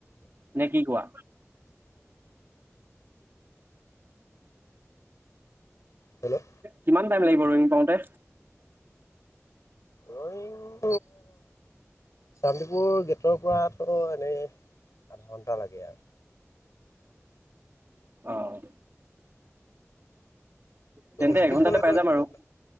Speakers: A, on the right (about 45°); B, on the left (about 85°).
A: নে কি কোৱা?
B: হেল্ল',
A: কিমান টাইম লাগিব আৰু <unintelligible> পাওঁতে?
B: অ <unintelligible> শান্তিপুৰ গেটৰ পৰাতো এনেই আধা ঘণ্টা লাগে ইয়াৰ
A: অ', তেন্তে
B: স্পীড
A: এঘন্টাতে
B: গ'লেটো
A: পাই
B: এঘন্টা
A: যাম আৰু
B: নালাগে